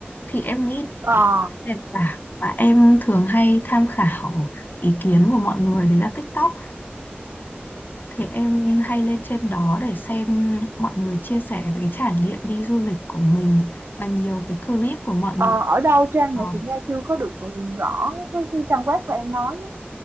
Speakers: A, on the left; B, on the right.
A: thì em nghĩ
B: ờ
A: có một cái nền tảng mà em thường hay tham khảo ý kiến của mọi người đấy là TikTok Thế em hay lên trên đó để xem mọi người chia sẻ về cái trải nghiệm đi du lịch của mình và nhiều cái clip của mọi
B: Ờ,
A: người.
B: ở đâu Trang
A: Ờ,
B: nhỉ? Chị nghe chưa có được ừ, rõ cái cái trang web của em nói á.